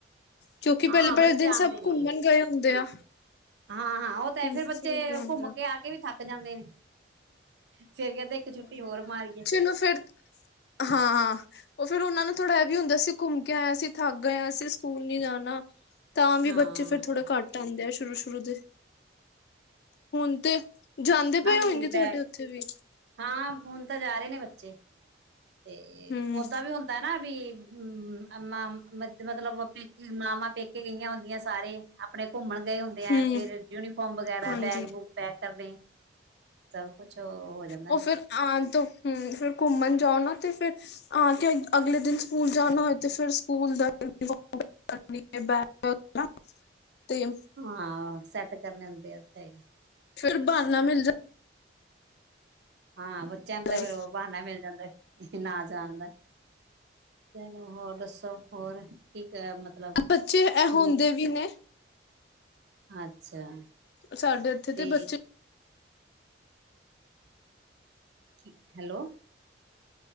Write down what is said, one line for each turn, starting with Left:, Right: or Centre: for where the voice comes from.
Left: ਕਿਉਂਕਿ
Right: ਹਾਂ
Left: ਪਹਿਲੇ-ਪਹਿਲੇ
Right: ਬੱਚੇ
Left: ਦਿਨ
Right: ਆਉਂਦੇ
Left: ਸਭ
Right: ਨੀ
Left: ਘੁੰਮਣ ਗਏ ਹੁੰਦੇ ਆ।
Right: ਹਾਂ- ਹਾਂ ਉਹ ਤਾਂ
Left: ਘੁੰਮਣ
Right: ਹੈ, ਫੇਰ ਬੱਚੇ
Left: ਫਿਰਨ ਗਏ ਹੁੰਦੇ
Right: ਘੁੰਮ ਕੇ ਆ ਕੇ ਵੀ ਥੱਕ ਜਾਂਦੇ ਨੇ। ਫੇਰ ਕਹਿੰਦੇ ਇੱਕ ਛੁੱਟੀ ਹੋਰ ਮਾਰੀਏ।
Left: ਨਾ ਫੇਰ ਹਾਂ, ਹਾਂ। ਔਹ ਫੇਰ ਉਹਨਾ ਨੂੰ ਥੋੜ੍ਹਾ ਇਹ ਵੀ ਹੁੰਦਾ ਅਸੀਂ ਘੁੰਮ ਕੇ ਆਇਆ, ਅਸੀ ਥੱਕ ਗਏ ਆ, ਅਸੀਂ ਸਕੂਲ ਨੀ ਜਾਣਾ। ਤਾਂ ਵੀ
Right: ਹਾਂ
Left: ਬੱਚੇ ਫੇਰ ਥੋੜ੍ਹੇ ਘੱਟ ਘੱਟ ਆਦੇ ਆ, ਸ਼ੁਰੂ- ਸ਼ੁਰੂ ਦੇ ਹੁਣ ਤੇ ਜਾਂਦੇ
Right: ਨਾ ਵੀ
Left: ਕਾ
Right: ਬੈ
Left: ਤੁਹਾਡੇ ਉੱਥੇ ਵੀ
Right: ਹਾਂ ਹੁਣ ਤਾਂ ਜਾ ਰਹੇ ਨੇ ਬੱਚੇ, ਤੇ
Left: ਹਮ
Right: ਓਦਾਂ ਵੀ ਹੁੰਦਾ ਨਾ ਵੀ ਹਮ, ਮਾ ਮਤਲਬ ਪੇਕੇ ਮਾਵਾਂ ਪੇਕੇ ਗਈਆਂ ਹੁੰਦੀਆਂ ਸਾਰੇ ਆਪਣੇ ਘੁੰਮਣ ਗਏ ਹੁੰਦੇ ਆ,
Left: ਹਮ
Right: ਫੇਰ ਯੂਨੀਫਾਰਮ ਵਗੈਰਾ
Left: ਹਾਂਜੀ
Right: ਬੈਗ, ਬੂਗ ਪੈਕ ਕਰਨੇ ਸਭ ਕੁਛ ਹੋ ਜਾ
Left: ਔਹ ਫੇਰ ਆਉਣ ਤੋਂ ਫਿਰ ਘੁੰਮਣ ਜਾਓ ਨਾ ਤੇ ਫੇਰ ਆ ਕੇ ਅਗਲੇ ਦਿਨ ਸਕੂਲ ਜਾਣਾ ਹੋਏ ਤੇ ਫੇਰ ਸਕੂਲ ਦਾ <unintelligible> <unintelligible> ਬੈਗ ਨਾ ਤੇ
Right: ਹਮ, ਸੈੱਟ ਕਰਨੇ ਹੁੰਦੇ ਆ ਉਥੇ ਹੀ।
Left: ਫੇਰ ਬਹਾਨਾ ਮਿਲ ਜਾ
Right: ਹਾਂ ਬੱਚਿਆਂ
Left: ਜਾਂਦਾ
Right: ਨੂੰ ਤਾਂ ਫੇਰ
Left: ਏ
Right: ਉਹ ਬਹਾਨਾ ਮਿਲ ਜਾਂਦਾ ਏ। ਕਿ ਨਾ ਜਾਣਦਾ, ਤੈਨੂੰ ਹੋਰ ਦੱਸੋ ਹੋਰ? ਠੀਕ ਐ ਮਤਲਬ
Left: ਬੱਚੇ ਇਹ
Right: ਹੂੰ
Left: ਹੁੰਦੇ ਵੀ ਨੇ
Right: ਅੱਛਾ
Left: ਸਾਡੇ ਇੱਥੇ
Right: ਤੇ
Left: ਬੱਚੇ
Right: ਕੀ ਹੈਲੋ।